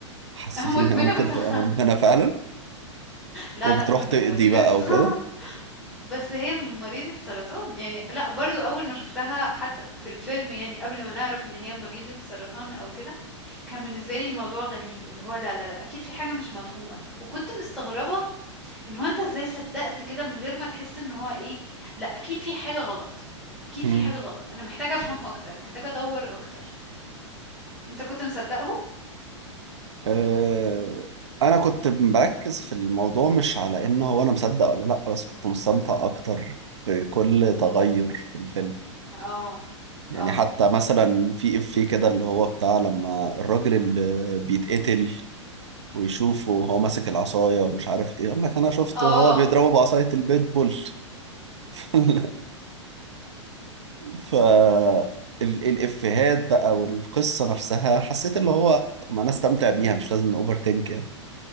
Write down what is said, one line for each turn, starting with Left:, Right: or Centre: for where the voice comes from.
Right: حسيت
Centre: <laughs> مدمنة
Right: انها ممكن
Centre: بس
Right: تبقى
Centre: <laughs>
Right: مدمنة فعلا
Centre: لا،
Right: وبتروح
Centre: لأ ما
Right: تقضي
Centre: هي مريضة
Right: بقى
Centre: <laughs>
Right: وكده
Centre: بس هي مريضة سرطان يعني لا برضو اول ما شفتها حتى في الفيلم يعني قبل ما نعرف ان هي مريضة سرطان او كده كان بالنسبة لي الموضوع غريب اللي هو لا لا لا اكيد في حاجة مش مفهومة وكنت مستغربة ان هو انت ازاي صدقت كده من غير ما تحس ان هو ايه لا اكيد في حاجة غلط اكيد
Right: مم.
Centre: في حاجة غلط انا محتاجة افهم اكتر محتاجة ادور اكتر انت كنت مصدقهم
Right: أه... انا كنت مركز في الموضوع مش على ان هو انا مصدق ولا لا بس كنت مستمتع اكتر بكل تغير في الفيلم
Centre: اه
Right: يعني
Centre: اه
Right: حتى مثلا
Centre: فهمك
Right: في افيه كده اللي هو بتاع لما الراجل اللي بيتقتل ويشوفه وهو ماسك العصاية ومش عارف ايه يقول لك انا شفته
Centre: اه
Right: وهو بيضربه بعصاية البيت بول <laughs> ف ال- الافيهات بقى والقصة نفسها حسيت اللي هو طب ما انا استمتع بيها مش لازم اوفر ثينك يعني